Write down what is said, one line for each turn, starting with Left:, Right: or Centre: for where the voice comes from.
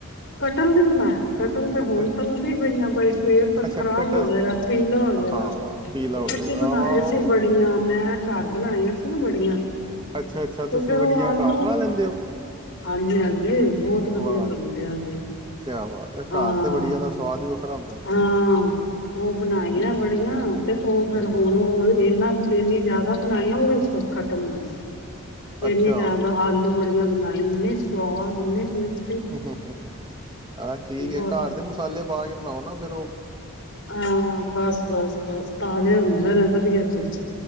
Left: ਕਠਲ, ਨੀ ਬਣਾਇਆ ਕਠਲ ਤੇ ਹੁਣ
Right: ਹਾਂਜੀ
Left: ਤਲਦੀ ਪਈਆਂ, ਬਈ ਸਵੇਰ ਤਕ
Right: ਅੱਛਾ
Left: ਖ਼ਰਾਬ
Right: ਕਟਲ
Left: ਹੋ ਜਾਏਗਾ ਪੀਲਾ ਹੋ ਜਾਏਗਾ,
Right: ਹਾਂ ਪੀਲਾ
Left: ਤੇ
Right: ਹੋ
Left: ਅਸੀਂ
Right: ਜਾਏਗਾ
Left: ਬਣਾਏ
Right: ਆਹ ਉਹ-
Left: ਸੀ ਵੜੀਆਂ ਮੈਂ ਘਰ ਬਣਾਈਆਂ ਸੀ ਨਾ ਵੜੀਆਂ
Right: ਅੱਛਾ ਅੱਛਾ
Left: ਤੇ
Right: ਤੁਸੀਂ
Left: ਫੇਰ
Right: ਵੜੀਆਂ
Left: ਉਹ ਆਲੂ,
Right: ਘਰ ਬਣਾ ਲੈਂਦੇ ਹੋ
Left: ਹਾਂਜੀ ਹਾਂਜੀ ਬਹੁਤ ਵਧੀਆ
Right: ਵਾਹ
Left: ਬਣੇ
Right: ਜੀ ਵਾਹ
Left: ਹਾਂ ਜੀ,
Right: ਕਿਆ ਬਾਤ ਹੈ
Left: ਹਾਂ
Right: ਘਰ ਤੇ ਵੜੀਆਂ ਦਾ ਸਵਾਦ ਹੀ ਵੱਖਰਾ ਹੁੰਦਾ ਹੈ।
Left: ਹਾਂ ਹਾਂ ਉਹ ਬਣਾਈਆਂ
Right: ਠੀਕ
Left: ਵੜੀਆਂ ਤੇ ਉਹ ਫੇਰ
Right: ਹੂੰ,
Left: ਹੁਣ ਉਹ ਇਹਨਾ ਇਨੀ ਜ਼ਿਆਦਾ ਬਣਾਈਆਂ ਉਹ ਵੀ ਖਤਮ ਹੋ ਗਈ ਕਿਨੀ
Right: ਅੱਛਾ
Left: ਜ਼ਿਆਦਾ ਆਲੂ ਵੜੀ ਬਣਾਈ ਇੰਨੇ ਸਵਾਦ ਇੰਨੇ ਟੇਸਟ
Right: ਹੂ ਹੂ ਮ ਆਹ ਠੀਕ
Left: ਬਹੁਤ
Right: ਹੈ, ਘਰ ਦੇ ਮਸਾਲੇ ਪਾ ਕੇ ਬਣਾਓ ਨਾ ਔ ਫਿਰ ਔ
Left: ਹਾਂ ਬਸ ਬਸ ਬਸ ਤਾਜ਼ੇ ਹੁੰਦੇ ਨੇ ਫੇਰ <unintelligible>